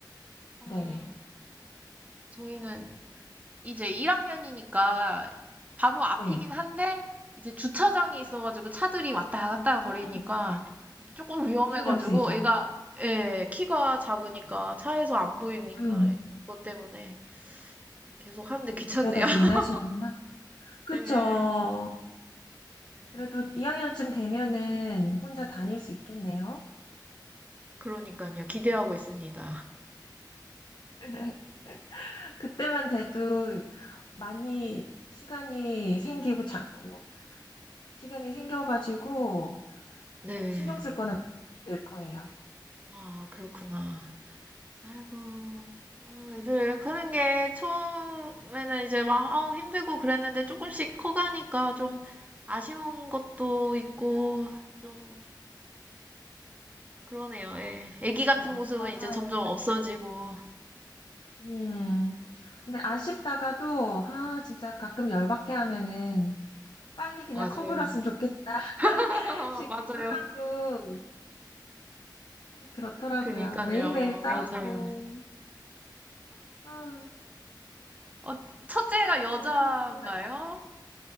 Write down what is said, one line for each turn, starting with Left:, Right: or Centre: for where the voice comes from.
Right: 아,
Left: 네,
Right: 저희는 이제 1학년이니까 바로 앞이긴
Left: 네.
Right: 한데, 이제 주차장이 있어가지고 차들이 왔다 갔다 거리니까
Left: 음,
Right: 조금 위험해가지고
Left: 신경 쓰이죠.
Right: 애가, 예, 키가 작으니까 차에서 안 보이니까
Left: 음,
Right: 그것 때문에 계속 하는데 귀찮네요.
Left: 데려다 주긴
Right: <laughs>
Left: 하시는구나. 그쵸.
Right: 예. 네.
Left: 그래도 2학년쯤 되면은 혼자 다닐 수 있겠네요.
Right: 그러니깐요. 기대하고 있습니다.
Left: <laughs> 그때만 돼도 많이 시간이 생기고 장, 뭐, 시간이 생겨가지고
Right: 네.
Left: 어, 신경 쓸 거는 될 거예요.
Right: 아 그렇구나. 아이고. 아 애들 크는 게 처음에는 이제 막 아우 힘들고 그랬는데 조금씩 커가니까 좀 아쉬운 것도 있고 좀 그러네요. 예. 아기
Left: 그렇죠.
Right: 같은 모습은
Left: 맞아요.
Right: 이제 점점 없어지고.
Left: 음. 근데 아쉽다가도 아 진짜 가끔 열받게 하면은 빨리 그냥
Right: 맞아요.
Left: 커버렸으면 좋겠다 <laughs>
Right: <laughs>
Left: 싶기도
Right: 맞아요.
Left: 하고 그렇더라고요.
Right: 그니깐요.
Left: 매일매일 싸우고
Right: 맞아요.
Left: 아,
Right: 어 첫째가
Left: 학교
Right: 여자인가요
Left: 보내고 정말 여자